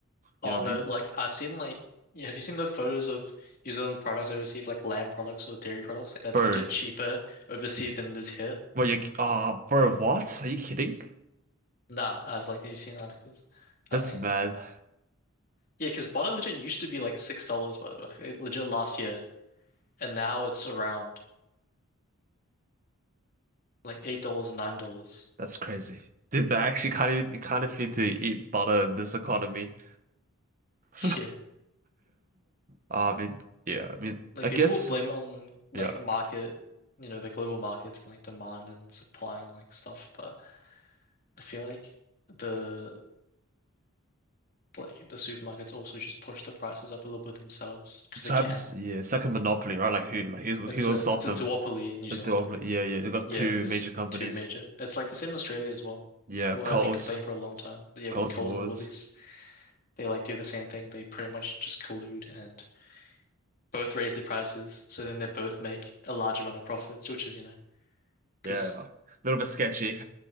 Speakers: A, on the left; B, on the right.
A: Oh
B: You know what
A: no,
B: I mean?
A: like I've seen like yeah, have you seen the photos of New Zealand products overseas, like lamb products or dairy products, and it's
B: Bro.
A: legit cheaper overseas than it is here?
B: Well you oh bro, what? Are you kidding?
A: Nah, I was like, have you seen articles?
B: That's
A: I think
B: mad.
A: yeah, because butter legit used to be like six dollars by the way, like, legit last year, and now it's around. like eight dollars and nine dollars.
B: That's crazy. Dude, they actually can't even can't afford to eat butter in this economy. <laughs>
A: <laughs> Yeah.
B: I mean, yeah, I mean
A: Like
B: I
A: people
B: guess
A: will blame it on like
B: yeah.
A: market, you know, the global markets and like demand and supply and like stuff, but I feel like the like the supermarkets also just push the prices up a little bit themselves because
B: So
A: they can.
B: happens, yeah, it's like a monopoly, right? Like who, like who,
A: It's
B: who will
A: a
B: stop
A: it's
B: them?
A: a duopoly in New
B: It's
A: Zealand.
B: the monopoly. Yeah, yeah. They've got
A: Yeah,
B: two
A: because
B: major companies.
A: two major. It's like the same in Australia as well.
B: Yeah,
A: People
B: Coles,
A: have been complaining for a long time. But yeah,
B: Coles
A: with Coles
B: and Woolworths.
A: and Woolies, they like do the same thing. They pretty much just collude and both raise their prices, so then they both make a large amount of profits, which is, you know, Because
B: Yeah, a little bit sketchy.